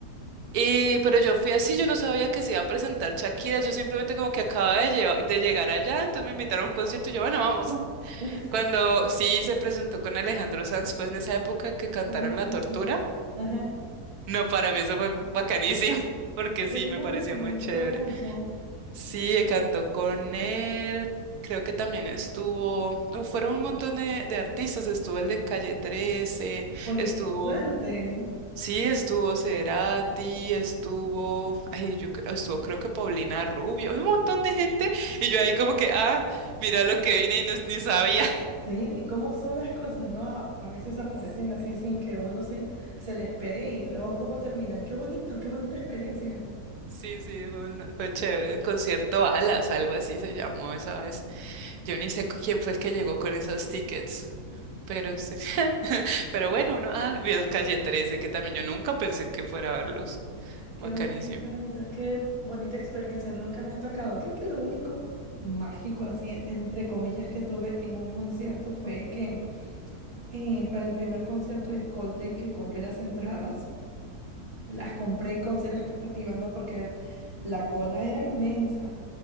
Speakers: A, on the right; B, on the right.
A: Y, pero yo fui así, yo no sabía que se iba a presentar Shakira, yo simplemente como que acaba de, lleva- de llegar allá, entonces me invitaron a un concierto y yo, bueno, vamos.
B: <laughs>
A: Cuando sí se presentó con Alejandro Sanz, fue en esa época que cantaron
B: Qué hermoso.
A: La Tortura.
B: Ajá,
A: No, para mí eso fue bacanísimo, <laughs> porque
B: qué
A: sí,
B: hermoso,
A: me pareció muy chévere.
B: qué hermoso.
A: Sí, cantó con él, creo que también estuvo, no, fueron un montón de, de artistas, estuvo el de Calle 13,
B: Oye,
A: estuvo...
B: qué suerte.
A: Sí, estuvo Cerati, estuvo, ay, yo cre- estuvo creo que Paulina Rubio, un montón de gente, y yo ahí como que, ah, mira lo que vine y no- ni sabía.
B: Sí, ¿y ¿cómo son las cosas, no? A, a veces aparecen
A: <laughs>
B: así
A: Sí,
B: sin que uno se, se le espere y luego cómo terminan. Qué bonito, qué bonita experiencia.
A: sí, sí, fue, un- fue chévere, el concierto Alas, algo así se llamó esa vez. Yo ni sé cu- quién fue el que llegó con esos tickets, pero sí, <laughs> pero bueno, uno, ah, vio Calle 13, que también yo nunca pensé que fuera a verlos,
B: Qué
A: bacanísimo.
B: bonito, qué bonito, qué bonita experiencia. Nunca me ha tocado. Creo que lo único mágico, así, en- entre comillas, que tuve en un concierto fue que eh, para el primer concierto de Coldplay que compré las entradas, las compré con cero expectativas, ¿no? Porque la cola era inmensa